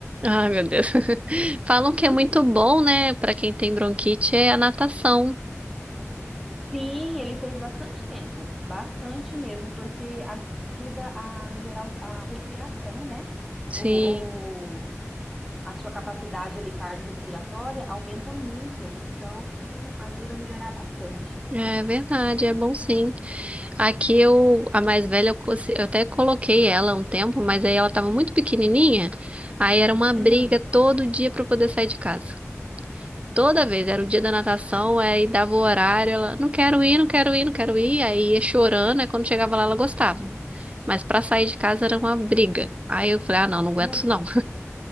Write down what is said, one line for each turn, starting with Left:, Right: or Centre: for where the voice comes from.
Right: Ai, meu Deus. <laughs> Falam
Centre: <laughs>
Right: que é muito bom, né, Pra quem tem bronquite, é a natação.
Centre: Sim, ele fez bastante tempo, bastante mesmo, porque ajuda a melhorar o- a respiração, né?
Right: Sim,
Centre: O, o- a sua capacidade ali cardiorrespiratória aumenta muito, então ajuda a melhorar bastante.
Right: é verdade, é bom sim. Aqui eu, a mais velha, eu, cons- eu até coloquei ela um tempo, mas aí ela tava muito pequenininha, aí era uma
Centre: Uhum.
Right: briga todo dia pra eu poder sair de casa. Toda vez, era o dia da natação, aí dava o horário, ela, não quero ir, não quero ir, não quero ir, aí ia chorando, aí quando chegava lá ela gostava. Mas pra sair de casa era uma briga. Aí eu falei, ah, não, não aguento
Centre: No-
Right: isso não,